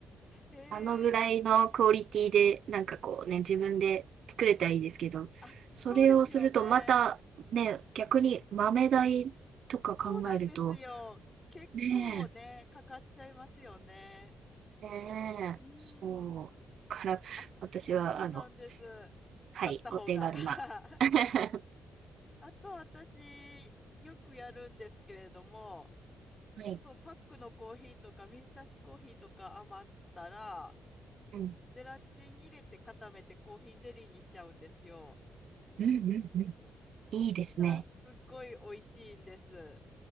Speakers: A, on the left; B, on the right.
A: え
B: あのぐらいのクオリティで、なんかこうね、自分で作れたらいいですけど、
A: あ、
B: それをするとまたね、
A: そうですよね。
B: 逆に豆代とか考えると、
A: そうなんですよ。結構ね、
B: ね
A: かかっちゃいますよね。
B: え、ねえ、
A: う
B: そう。
A: ん。
B: だから、
A: あ、
B: 私は、
A: そうなんです。
B: あの、はい、
A: 買った方が。
B: お手軽な。
A: <laughs>
B: <laughs> は
A: あと私、よくやるんですけれども、
B: い。
A: そうパックのコーヒーとか水出しコーヒーとか余ったら
B: うん。
A: ゼラチン入れて固めてコーヒーゼリーにしちゃうんですよ。
B: うんうんうん。いいですね。
A: そしたらすっごい美味しいんです。